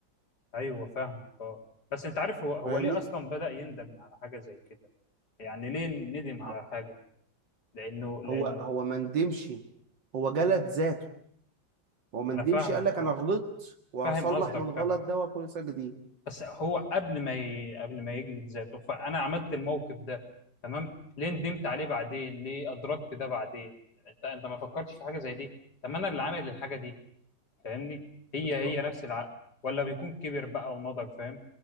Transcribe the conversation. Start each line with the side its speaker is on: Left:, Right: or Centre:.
Left: أيوه فاهمك أه بس أنت عارف هو هو
Right: فاهمني
Left: ليه أصلا بدأ يندم على حاجة زي كده؟ يعني ليه ندم على
Right: هو
Left: حاجة؟ لأنه لأنه
Right: هو هو ما ندمش هو جلد ذاته هو ما
Left: أنا
Right: ندمش
Left: فاهمك
Right: قال لك
Left: أه
Right: انا غلطت وهصلح
Left: فاهم قصدك
Right: من الغلط
Left: فاهم
Right: ده واكون انسان جديد
Left: بس هو قبل ما ي... قبل ما يجلد ذاته فانا عملت الموقف ده تمام ليه ندمت عليه بعدين ليه ادركت ده بعدين انت انت ما فكرتش في حاجه زي دي طب ما انا اللي عامل الحاجه دي فاهمني هي
Right: بالظبط
Left: هي نفس العقل ولا بيكون كبر بقى ونضج فاهم